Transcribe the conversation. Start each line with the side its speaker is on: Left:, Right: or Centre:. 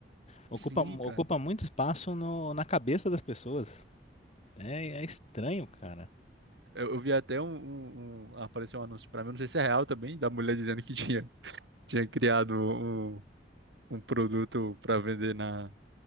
Left: Ocupa,
Right: Sim,
Left: ocupa
Right: cara.
Left: muito espaço no, na cabeça das pessoas. É, é estranho, cara.
Right: Eu, eu vi até um, um- um- Apareceu um anúncio pra mim, não sei se é real também, da mulher dizendo que tinha, tinha criado um, um produto pra vender na.